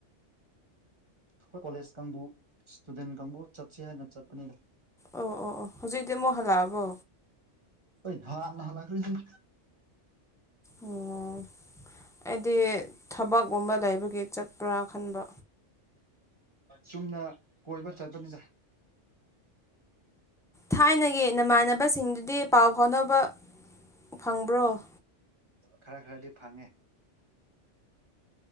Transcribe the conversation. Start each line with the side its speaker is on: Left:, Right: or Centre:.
Right: ꯑꯩꯈꯣꯏ ꯀꯣꯂꯦꯖ ꯀꯥꯡꯕꯨ ꯏꯁꯇꯨꯗꯦꯟ ꯀꯥꯡꯕꯨ ꯆꯠꯁꯤ ꯍꯥꯏꯅ ꯆꯠꯄꯅꯤꯅ
Centre: ꯑꯣ ꯑꯣ ꯑꯣ ꯍꯧꯖꯤꯛꯗꯤ ꯑꯃꯨꯛ ꯍꯜꯂꯛꯑꯕꯣ
Right: ꯑꯣꯏ ꯅꯍꯥꯟꯅ ꯍꯜꯂꯛꯈ꯭ꯔꯦꯁꯤ
Centre: ꯑꯣ ꯑꯩꯗꯤ ꯊꯕꯛꯒꯨꯝꯕ ꯂꯩꯕꯒꯤ ꯆꯠꯄ꯭ꯔꯥ ꯈꯟꯕ
Right: ꯆꯨꯝꯅ ꯀꯣꯏꯕ ꯆꯠꯄꯅꯤꯗ
Centre: ꯊꯥꯏꯅꯒꯤ ꯅꯃꯥꯟꯅꯕꯁꯤꯡꯗꯨꯗꯤ ꯄꯥꯎ ꯐꯥꯎꯅꯕ ꯐꯪꯕ꯭ꯔꯣ
Right: ꯈꯔ ꯈꯔꯗꯤ ꯐꯪꯉꯦ